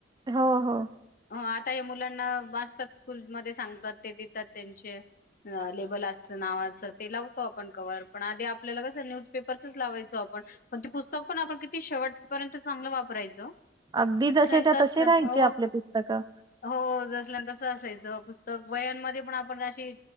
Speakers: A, on the right; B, on the left.
A: हो हो
B: अ आता हे मुलांना वाचतात स्कूलमध्येध्ये सांगतात ते देतात त्यांचे लेबल नावाचं ते लावतो आपण कव्ह पण आधी आपल्याला कस न्यूज पेपरच लावायचो आपण म ते पुस्तक पण आपण किती शेवटपर्यंत चांगलं वापरायचं ल्या
A: अगदी जसेच्या
B: तच
A: तसे राहायचे
B: हो
A: आपले पुस्तकं
B: हो जसल्या त असय पुस्तक वयामध्ये पण आपणशी